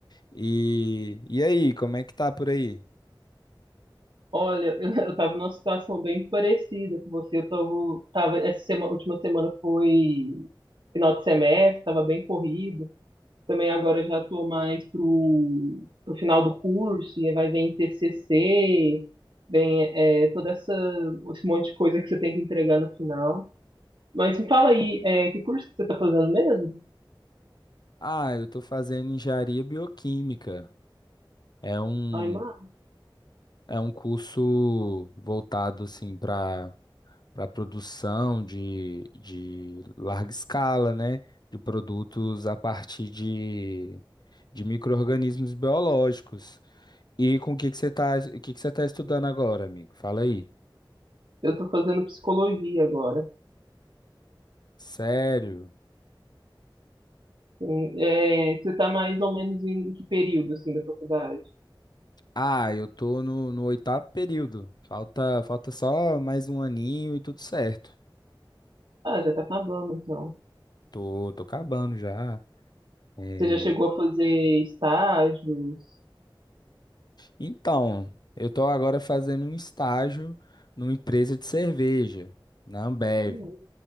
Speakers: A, on the left (about 55°); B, on the right (about 70°).
A: E, e aí, como é que tá por aí?
B: Olha, <laughs> eu, eu tava numa situação bem parecida com você. Eu tava, tava essa semana, última semana foi final de semestre, tava bem corrido. Também agora eu já tô mais pro, pro final do curso, e aí vai vir TCC, vem é, toda essa, esse monte de coisa que você tem que entregar no final. Mas me fala aí, é, que curso que você tá fazendo mesmo?
A: Ah, eu tô fazendo engenharia bioquímica. É um,
B: Ai, mar
A: é um curso voltado assim para para produção de, de larga escala, né? De produtos a partir de, de micro-organismos biológicos. E com o que que você tá, o que que você tá estudando agora, amigo? Fala aí.
B: eu tô fazendo psicologia agora.
A: Sério?
B: Sim, é, você está mais ou menos em que período, assim, da faculdade?
A: Ah, eu tô no, no oitavo período. Falta, falta só mais um aninho e tudo certo.
B: Ah, já está acabando, então.
A: Tô, tô acabando já. É,
B: Você já chegou a fazer estágios?
A: Então, eu estou agora fazendo um estágio numa empresa de cerveja, na Ambev.
B: Uhum.